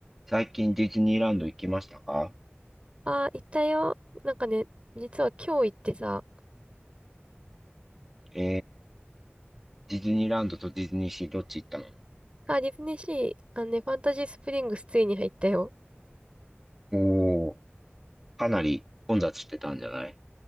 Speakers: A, in the centre; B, on the right (about 30°).
A: 最近ディズニーランド行きましたか
B: ああ、行ったよ。なんかね、実は今日行ってさ、
A: えー、ディズニーランドとディズニーシーどっち行ったの
B: あ、ディズニーシー、あのね、ファンタジースプリングスついに入ったよ。
A: おー、かなり混雑してたんじゃない